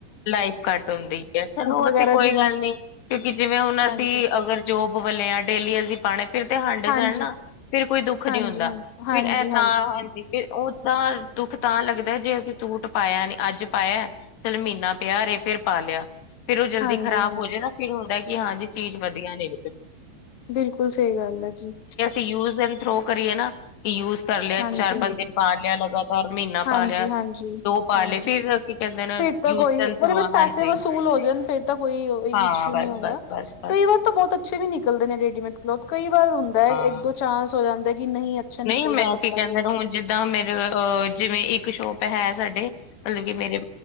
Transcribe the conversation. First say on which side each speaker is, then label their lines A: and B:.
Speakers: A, on the left; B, on the left.
A: ਲਾਈਫ ਘੱਟ ਹੁੰਦੀ ਏ ਚਲੋ ਉਹ
B: ਵਗੈਰਾ
A: ਤਾਂ ਕੋਈ
B: ਜਿਵੇਂ
A: ਗੱਲ ਨਹੀਂ ਕਿਉਂਕਿ ਜਿਵੇਂ ਹੁਣ
B: ਹਾਂਜੀ
A: ਅਸੀਂ। ਜੋਬ ਵਾਲੇ ਆ ਡੇਲੀ ਅਸੀਂ ਪਾ। ਫਿਰ ਤਾਂ ਹੰਡ
B: ਹਾਂਜੀ
A: ਜਾਣ ਨਾ ਫਿਰ ਕੋਈ ਦੁੱਖ
B: ਹਾਂਜੀ
A: ਨੀ ਹੁੰਦਾ
B: ਹਾਂਜੀ ਹਾਂਜੀ
A: ਫਿਰ ਇਹ ਤਾਂ ਹਾਂਜੀ ਫ ਉਹ। ਹਾਂ ਦੁੱਖ ਤਾਂ ਲੱਗਦਾ ਏ ਜਦ ਅਸੀਂ ਸੂਟ ਪਾਇਆ ਨੀ ਅੱਜ ਪਾਇਆ ਚੱਲ ਮਹੀਨਾ। ਪਿਆ ਰਹੇ ਫਿਰ ਪਲਿਆ ਫਿਰ ਉਹ ਜਲਦੀ
B: ਹਾਂਜੀ
A: ਖਰਾਬ
B: ਹਾਂਜੀ
A: ਹੋ ਜਾਏ ਨਾ ਫਿਰ। ਕਿ ਹਾਂਜੀ ਚੀਜ਼ ਵਧੀਆ ਨੇ
B: ਬਿਲਕੁਲ ਸਹੀ ਗੱਲ ਹੈ ਜੀ
A: ਯੂਜ਼ ਐਂਡ ਥ੍ਰੋ ਕਰੀਏ ਨਾ ਕਿ ਯੂਜ਼ ਕਰ ਲਿਆ
B: ਹਾਂਜੀ
A: ਚਾਰ ਪੰਜ ਦਿਨ ਪਾ ਲਿਆ ਲਗਾਤਾਰ। ਪਰ ਮਹੀਨਾ
B: ਹਾਂਜੀ
A: ਪਾ ਲਿਆ
B: ਹਾਂਜੀ
A: ਦੋ ਪਾ
B: ਹਾਂਜੀ
A: ਲਏ ਫਿਰ ਕੀ ਕਹਿੰਦੇ ਨੇ।
B: ਫਿਰ ਤਾਂ ਉਹਦੇ
A: ਐਂਡ ਥਰੋ
B: ਬਸ ਪੈਸੇ
A: ਹਾਂਜੀ
B: ਵਸੂਲ ਹੋ ਜੇ ਫਿਰ ਤਾਂ ਕੋਈ
A: ਹਾਂ
B: ਇਸ਼ੂ
A: ਬਸ
B: ਨਹੀਂ ਹੋਊਗਾ।
A: ਬਸ ਬਸ ਬਸ
B: ਤਾਂ ਬਹੁਤ ਅੱਛੇ ਵੀ ਨਿਕਲਦੇ ਨੇ ਰੈਡੀਮੇਡ ਕਲੋਥਸ, ਕਈ ਵਾਰ ਹੁੰਦਾ ਏ
A: ਹਾਂ
B: ਇੱਕ ਦੋ ਚਾਂਸ ਹੋ ਜਾਂਦਾ ਕਿ ਨਹੀਂ। ਅੱਛਾ ਨਿਕਲਦਾ
A: ਨਹੀਂ ਮੈਂ
B: ਕੱਪੜਾ
A: ਕੀ ਕਹਿੰਦੇ,
B: ਵ
A: ਹੁਣ ਜਿਵੇਂ ਮੇਰੇ ਜਿਵੇਂ ਇੱਕ ਸ਼ੌਪ ਹੈ ਸਾਡੇ। ਮਤਲਬ ਕਿ ਮੇਰੇ